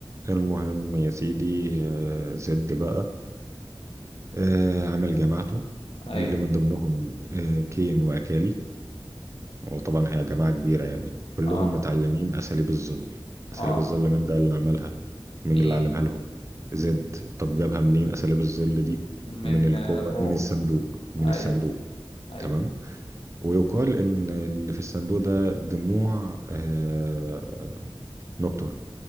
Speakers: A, on the right (about 30°); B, on the left (about 75°).
A: المهم يا سيدي آه زد بقى آه عمل جماعته
B: ايوه
A: اللي من ضمنهم آه كين وأكالي وطبعا هي جماعة كبيرة يعني كلهم
B: اه
A: متعلمين أساليب الظل أساليب
B: اه
A: الظل من ده اللي عملها
B: مين
A: من اللي علمها لهم زد طب جابها منين أساليب الظل دي
B: من
A: من القوة
B: آه، الروح
A: من الصندوق من
B: ايوه
A: الصندوق
B: ايوه
A: تمام ويقال إن اللي في الصندوق ده دموع آه نكتر